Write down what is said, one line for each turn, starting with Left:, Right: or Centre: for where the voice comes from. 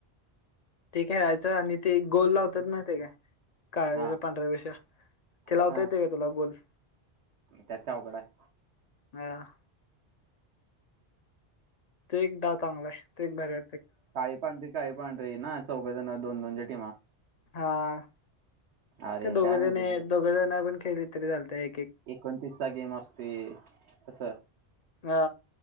Left: ठीक आहे यायचं आणि ते गोल लावतात माहिित काय? का
Right: हा
Left: वष पंढरा वष ते लावता
Right: हा
Left: येते का तुला गोल्फ
Right: त्यात का अवघड आहे.
Left: ह. ते एक डा चांगला आहे ते एक भऱ
Right: काय पांढरी काय पांढ ररी ना चौघजण दोन दोनच्या टीमा.
Left: हा
Right: अरे
Left: का दोघे
Right: काय
Left: जण
Right: म्हणते
Left: दोघ जण पण खेळ इतरी चालतय.
Right: एकोणतीस चा गेम असते कस
Left: हा